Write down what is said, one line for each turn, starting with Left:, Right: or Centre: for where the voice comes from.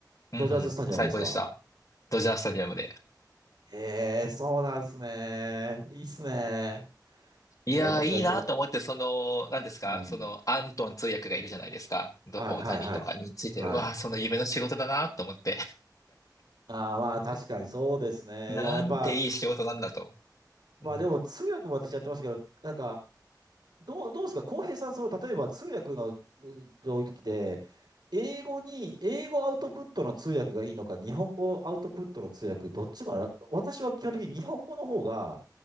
Left: うんうん。
Right: ドジャーズスタジアムですか
Left: 最高でした。ドジャースタジアムで。
Right: ええ、そうなんですね。いいっすね。
Left: いやー、
Right: いや私はいけない。
Left: いいなと思って、その、何ですかその、
Right: うん。
Left: アントン通訳がいるじゃないですか。ど大谷とかについてる。
Right: はい、はい、はい。はい。
Left: わあ、その夢の仕事だなと思って。
Right: ああ、まあ確かにそうですね。
Left: <laughs> なんていい仕事なんだと。
Right: でもやっぱ、まあでも通訳も私やってましたけど、
Left: うん、
Right: なんか、どう、どうですか、浩平さん、その、例えば通訳のう時で、英語に、英語アウトプットの通訳がいいのか、日本語アウトプットの通訳、どっちもあら、私は基本的に日本語の方が、